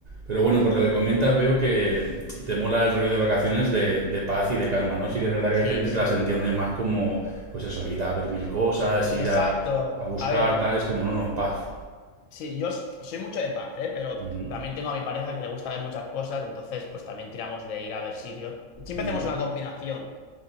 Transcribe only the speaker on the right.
Pero
bueno,
por lo que comentas, veo que te mola el rollo de vacaciones de, de paz y de calma, ¿no? Sí que es verdad que
hay gente
que las entiende
más como, pues eso, ir a ver mil cosas, ir
a, a buscar,
tal, es como, no, no, paz.
Ujú,
ujú,